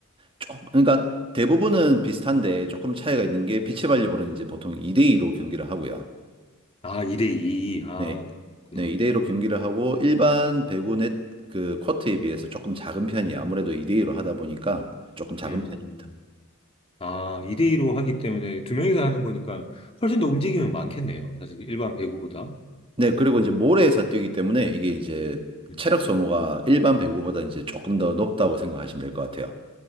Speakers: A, on the right; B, on the left.
A: 조, 그러니까 대부분은 비슷한데 조금 차이가 있는 게 비치발리볼은 이제 보통 2대2로 경기를 하고요.
B: 아, 2대 2. 아,
A: 네,
B: 그렇구나.
A: 네, 2대2로 경기를 하고 일반 배구 넷, 그 코트에 비해서 조금 작은 편이에요. 아무래도 2대2로 하다 보니까 조금 작은
B: 음.
A: 편입니다.
B: 아, 2대 2로 하기 때문에 두 명이서 하는 거니까 훨씬 더 움직임은 많겠네요. 사실 일반 배구보다.
A: 네, 그리고 이제 모래에서 뛰기 때문에 이게 이제
B: 음.
A: 체력 소모가 일반 배구보다 이제 조금 더 높다고 생각하시면 될 것 같아요.